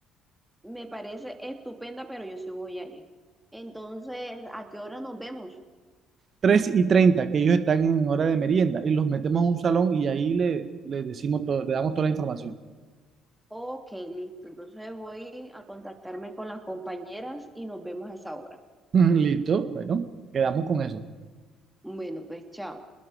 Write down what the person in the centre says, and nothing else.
Me parece estupenda, pero yo sí voy a ir. Entonces, ¿a qué hora nos vemos?
Ok, listo. Entonces voy a contactarme con las compañeras y nos vemos a esa hora.
Bueno, pues chao.